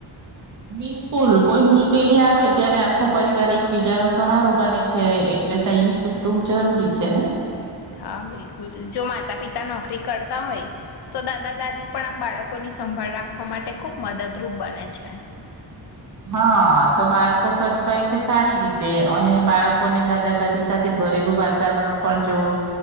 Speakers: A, on the right; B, on the left.
A: બિલકુલ, કોઈ મુશ્કેલી આવે ત્યારે આખો પરિવાર એકબીજાનો સહારો બને છે, એટલે સંયુક્ત કુટુંબ જરૂરી છે ને?
B: હા, બિલકુલ. જો માતા-પિતા નોકરી કરતા હોય, તો દાદા- દાદી પણ આમ બાળકોની સંભાળ રાખવા માટે ખૂબ મદદરૂપ બને છે.
A: હા, તો બાળકો સચવાઈ છે સારી રીતે. તે, અને બાળકોને દાદા-દાદી સાથે ઘરેલું વાતાવરણ પણ જોવું